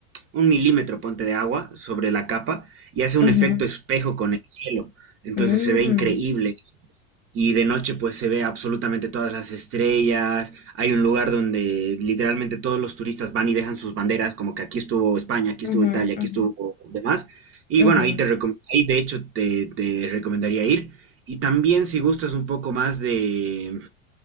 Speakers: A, on the right (about 35°); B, on the left (about 25°).
A: un milímetro, ponte de agua sobre la capa y hace un
B: ujú,
A: efecto espejo con el cielo. Entonces
B: mm,
A: se ve increíble. Y de noche pues se ve absolutamente todas las estrellas. Hay un lugar donde literalmente todos los turistas van y dejan sus banderas, como que aquí estuvo España, aquí
B: ujú,
A: estuvo Italia,
B: ujú,
A: aquí estuvo demás. Y
B: ujú,
A: bueno, ahí te recom- ahí de hecho te, te recomendaría ir. Y también si gustas un poco más de,